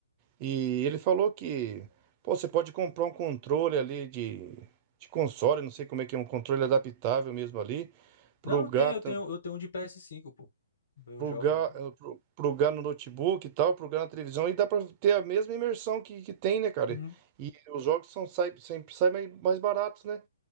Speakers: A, on the right; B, on the left.
A: E ele falou que, pô, você pode comprar um controle ali de, de console, não sei como é que é, um controle adaptável mesmo ali, pro
B: Não, eu
A: gato,
B: tenho, eu tenho, eu tenho um de ps cinco, pô. Eu
A: pro
B: jogo
A: ga,
B: no.
A: eh, pro, pro Gá no notebook e tal, pro Gá na televisão, e dá pra ter a mesma imersão que, que tem, né, cara?
B: Uhum.
A: E os jogos são, sai, sempre saem mais, mais baratos, né?